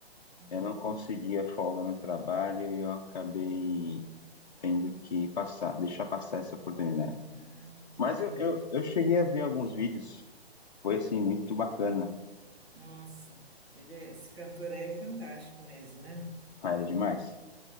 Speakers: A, on the right; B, on the left.
A: Uhum.
B: Eu não conseguia folga no trabalho e eu acabei tendo que passar, deixar passar essa oportunidade.
A: Ah, que
B: Mas
A: pena.
B: eu, eu, eu cheguei a ver alguns vídeos, foi assim, muito bacana.
A: Nossa, ele é- esse cantor aí é fantástico mesmo, né?
B: Ah, era demais.